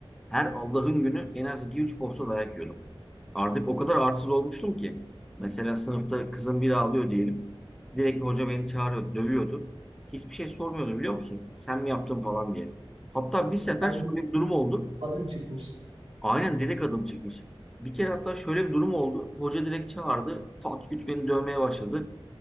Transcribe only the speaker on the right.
Ben
adın çıkmış.